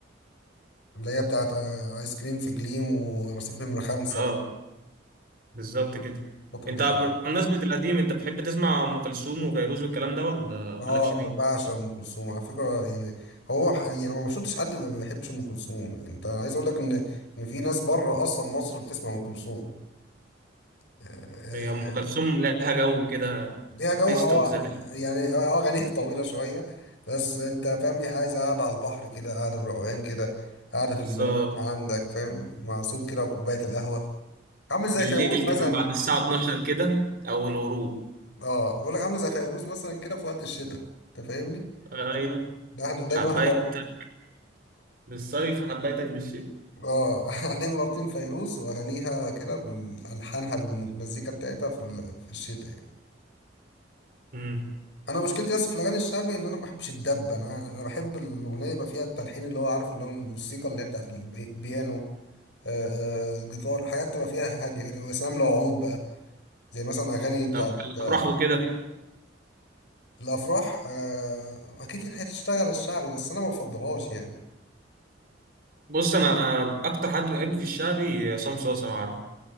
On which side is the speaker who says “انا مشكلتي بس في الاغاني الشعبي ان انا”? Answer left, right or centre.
Left